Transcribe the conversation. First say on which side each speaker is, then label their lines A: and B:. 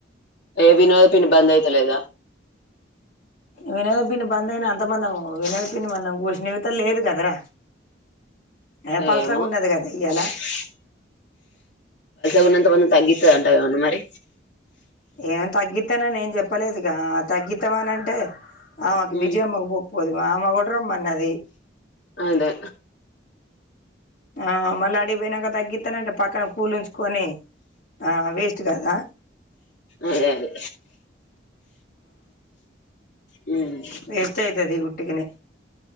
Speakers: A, on the left; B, on the left.
A: ఏ వినోద పిని బంద్ అయాతలేదా
B: వినద పిన్ని బంద్ అయినా అంతమందిము వినద పిన్ని మందం కూర్చి లేదు కదరా ఏ పలసగా
A: ఏమో
B: ఉన్నది కదా ఇయ్యాల
A: <unintelligible> గున్నంత మంది తగ్గి అంతే అంటవ ఉన్న మరి
B: ఏం తగ్గిత్తనని ఏం చెప్పలేదుగా తగ్గిద్దామనింటే ఆమెకు
A: హ్మ్
B: విజయమ్మకు పోకుపోదుమా ఆమా కూడా రమ్ ఆది
A: అదే
B: ఆ మళ్ళ ఆడికి పోయినాక తగ్గి ఎత్తనంటే పక్కన కూలించుకొని ఆ వేస్ట్ కదా
A: అదే అదే హ్మ్
B: వేస్ట్ అయితది ఉట్టిగనే